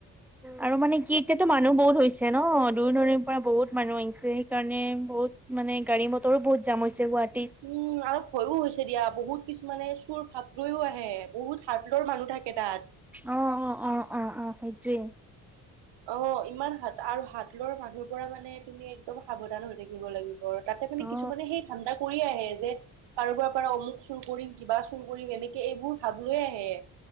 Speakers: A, in the centre; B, on the right.
A: আৰু মানে কি এতিয়াতো মানুহ বহুত হৈছে ন দূৰ দূৰণ পৰা বহুত মানুহ আহিছে সেইকাৰণে বহুত মানে গাড়ী মটৰো বহুত জাম হৈছে গুৱাহাটী
B: উম, অলপ ভয়ো হৈছে দিয়া বহুত কিছুমানে চুৰ ভাৱ লৈও আহে বহুত হাতৰ মানুহ থাকে তাত
A: অ', অ', অ', অ', অ', সেইটোয়ে
B: অ', ইমান হাত আৰু হাত লৰ মানুহৰ পৰা মানে তুমি একদম সাৱধান হৈ থাকিব লাগিব তাতে মানে
A: অ
B: কিছুমানে সেই ঠাণ্ডা কৰিয় আহে যে কাৰোবাৰ পৰা অমুক চুৰ কৰিম কিবা চুৰ কৰিম এনেকে এইবোৰ ভাব লৈ আহে